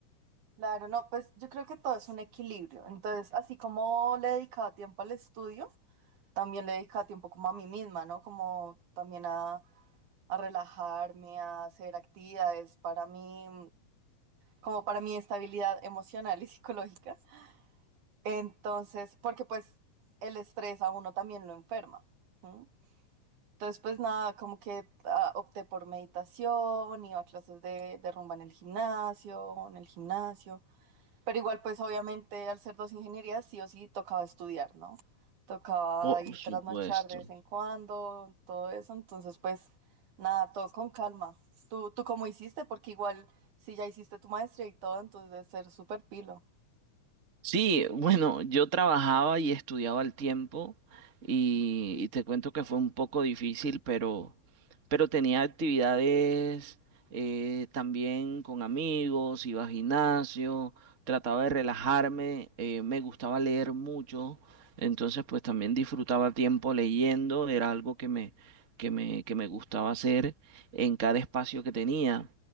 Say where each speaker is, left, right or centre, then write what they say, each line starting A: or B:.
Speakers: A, on the right; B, on the right.
A: Claro, no, pues yo creo que todo es un equilibrio. Entonces, así como le dedicaba tiempo al estudio, también le dedicaba tiempo como a mí misma, ¿no? Como también a, a relajarme, a hacer actividades para mí, como para mi estabilidad emocional y psicológica. Entonces, porque pues el estrés a uno también lo enferma. ¿sí? Entonces, pues nada, como que ah, opté por meditación, iba a clases de, de rumba en el gimnasio, en el gimnasio. Pero igual, pues obviamente al ser dos ingenierías, sí o sí tocaba estudiar, ¿no? Tocaba
B: Por
A: ir
B: supuesto.
A: trasnochar de vez en cuando, todo eso. Entonces, pues nada, todo con calma. ¿Tú, tú cómo hiciste? Porque igual, si ya hiciste tu maestría y todo, entonces debe ser súper pilo.
B: Sí, bueno, yo trabajaba y estudiaba al tiempo y, y te cuento que fue un poco difícil, pero, pero tenía actividades eh, también con amigos, iba al gimnasio, trataba de relajarme, eh, me gustaba leer mucho, entonces pues también disfrutaba tiempo leyendo, era algo que me, que me, que me gustaba hacer en cada espacio que tenía.